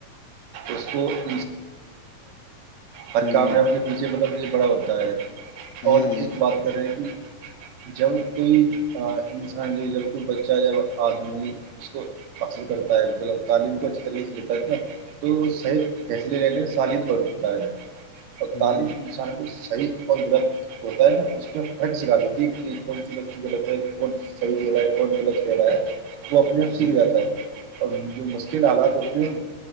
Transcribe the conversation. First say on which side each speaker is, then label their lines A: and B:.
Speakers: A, on the right; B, on the left.
A: اس کو <inaudible> ہر
B: ہوں
A: کامیابی کے پیچھے مطلب یہ بڑا ہوتا ہے
B: ہوں
A: اور ایک بات کر رہا ہے کہ جب کوئی انسان <inaudible> <unintelligible> اس کو حاصل کرتا ہے مطلب تعلیم کو اچھی طریقے سے تو سہیلی لے لیں سالی بھر اٹھتا ہے اور
B: ہوں
A: تعلیم انسان کو صحیح اور ہوتا ہے نا اس کو تھرڈ سکھا دیتی کہ کون سی ک جاتا
B: ہوں
A: ہے اور جو مشکل حالات ہوتے ہیں